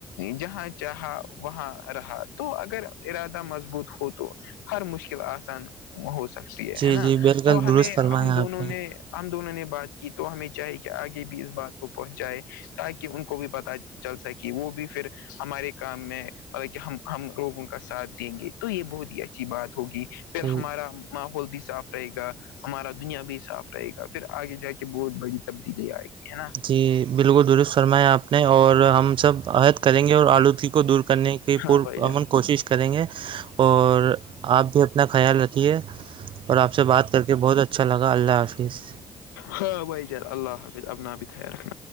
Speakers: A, on the left; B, on the right.
A: جہاں چاہا وہاں رہا تو اگر ارادہ مضبوط ہو تو ہر مشکل آسان ہو سکتی ہے
B: جی
A: ہے نا
B: جی بالکل
A: تو
B: درست
A: ہمیں
B: فرمایا
A: ہم دونوں
B: آپ
A: نے ہم دونوں نے بات کی تو ہمیں چاہے کہ آگے بھی اس بات کو پہنچائے تاکہ ان کو بھی پتا چل سکی وہ بھی پھر ہمارے کام میں تاکہ ہم ہم لوگوں کا ساتھ دیں گے تو یہ بہت ہی اچھی بات ہوگی پھر
B: جی
A: ہمارا ماحول بھی صاف رہے گا ہمارا دنیا بھی صاف رہے گا پھر آگے جا کے بہت بڑی تبدیلی آئے گی ہے نا
B: جی بالکل درست فرمایا آپ نے اور ہم سب عہد کریں گے اور آلودگی کو دور کرنے کی
A: ہاں
B: پرامن
A: بھائی جان
B: کوشش کریں گے اور آپ بھی اپ اتنا خیال رکھی ہے اور آپ سے بات کر کے بہت اچھا لگا اللہ حافظ
A: ہاں بھائی جر اللہ حافظ ابنا بھی خ رکھنا